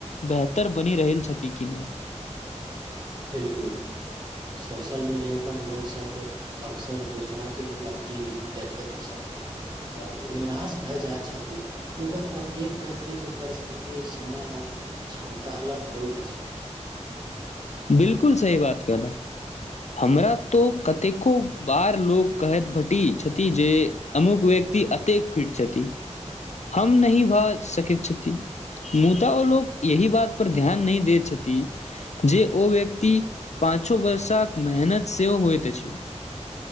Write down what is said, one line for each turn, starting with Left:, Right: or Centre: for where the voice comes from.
Left: बेहतर बनि रहल छथि कि नहि।
Right: बिलकुल सोशल मीडियापर लोकसभ अक्सर दोसराके उपलब्धि देखैत छथिन आओर निराश भए जाइ छथिन मुदा प्रत्येक व्यक्तिके परिस्थिति समय आ क्षमता अलग होइत अछि।
Left: बिलकुल सही बात कहलक हमरा तो कतेको बार लोक कहैत भटी छथि जे अमुक व्यक्ति अतेक फिट छथि हम नहिही भऽ सकैत छथि मु त ओ लोक यही बात पर ध्यान नहि दैत छथि जे ओ व्यक्ति पाँचो वर्षाक मेहनत से होएत अछि।